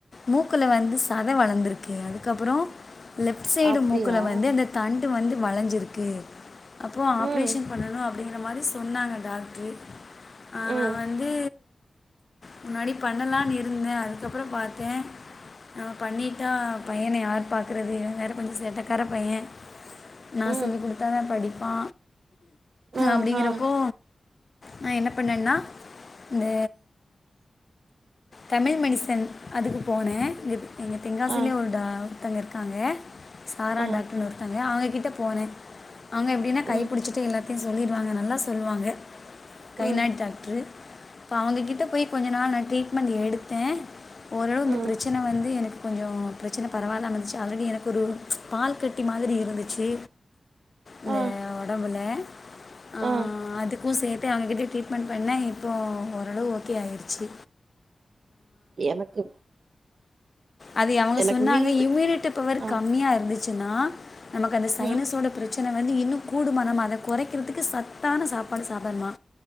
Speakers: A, on the left; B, on the right.
A: மூக்குல வந்து சத வளந்துருக்கு அதுக்கப்பறோ லெஃப்ட் சைடு
B: அப்டியா
A: மூக்குல வந்து அந்த தண் டு வந்து வளஞ்சிருக்கு அப்போ
B: ம்
A: ஆப்ரேஷன் பண்ணணு அப்டிங்ற மாரி சொன்னாங்க டாக் ட்ரூ ஆ
B: ம்
A: நா வந்தூ முன்னாடி பண்ணலான் இருந்தே அதுக்கப்பறோ பாத்தே நா பண்ணிட்டா பையன யார் பாக்குறது இவ வேற கொஞ்சொ சேட்டக்கார பையே நா
B: ம்
A: சொல்லி குடுத்தாதா படிப்பா
B: ஆ
A: அப்டிங்குறப்போ
B: ஆ
A: நா என்ன பண்ணன்னா இந்த தமிழ் மெடிசன் அதுக்கு போனே இது எங்க தெங்காசிலே
B: ஆ
A: ஒரு டா ஒருத்தங்க இருக்காங்க சாரா
B: ஆ
A: டாக்டர்னு ஒரு தங்க அவங்ககிட்ட போனே அவங்க எப்டினா கையப்புடிச்சிட்டே
B: ம்
A: எல்லாத்தையு சொல்லிடுவாங்க நல்லா சொல்லுவாங்க கைநாட்
B: ம்
A: டாக்ட்ரூ இப்பொ அவங்ககிட்ட போய் கொஞ்ச நாள் நா ட்ரீட்மெண்ட் எடுத்தே ஓரளவு இந்த
B: ம்
A: பிரச்சன வந்து எனக்கு கொஞ்சோ பிரச்சன பரவால்லாம இருந்துச்சி ஆல்ரெடி எனக்கு ஒரு பால் கட்டி மாதிரி இருந்துச்சீ இந்தே
B: ஆ
A: ஒடம்புல ஆஹ்
B: ஆ
A: அதுக்கூ சேத் தூ அவங்ககிட்ட ட்ரீட்மெண்ட் பண்ண இப்போ ஓரளவு ஓகே ஆயிருச்சி
B: எனக்கு
A: அதி அவங்க
B: எனக்கு
A: சொன்னாங்க
B: வீ
A: இம்யூனிட்டி பவர்
B: ஆ
A: கம்மியா இருந்துச்சுன்னா நமக்கு அந்த சைனஸோட
B: ஆ
A: பிர ச்சன வந்து இன்னு கூடுமா நம்ம அத கொறைக்கிறதுக்கு சத்தான சாப்பாடு சாப்டனுமா